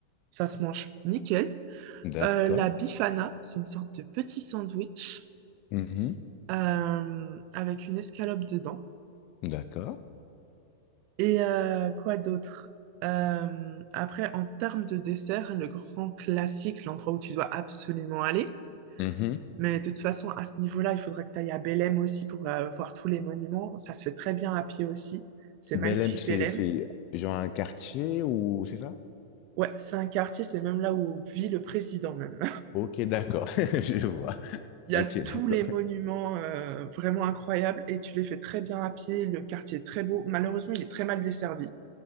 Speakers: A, on the right (about 35°); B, on the left (about 30°).
A: ça se mange nickel.
B: D'accord.
A: Euh, la bifana, c'est une sorte de petit sandwich
B: Mhm.
A: euh, avec une escalope dedans.
B: D'accord.
A: Et euh, quoi d'autre? Euh, après, en termes de dessert, le grand classique, l'endroit où tu dois absolument aller.
B: Mhm.
A: Mais de toute façon, à ce niveau-là, il faudra que tu ailles à Belém aussi pour euh, voir tous les monuments. Ça se fait très bien à pied aussi. C'est
B: Belém,
A: magnifique,
B: c'est,
A: Belém.
B: c'est genre un quartier ou c'est ça?
A: Ouais, c'est un quartier, c'est même là où vit le président même.
B: Ok, d'accord, <laughs> je vois.
A: Il y
B: Ok,
A: a tous
B: d'accord.
A: les monuments euh, vraiment incroyables et tu les fais très bien à pied. Le quartier est très beau. Malheureusement, il est très mal desservi,